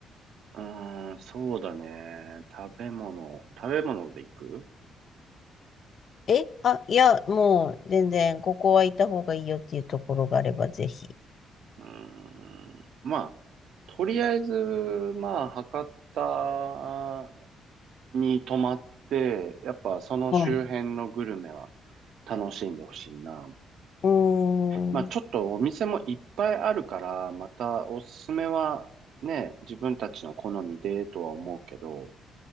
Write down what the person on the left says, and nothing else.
え、あ、いや、もう、全然、ここは行った方がいいよっていうところがあれば、ぜひ。
はい。
うーん。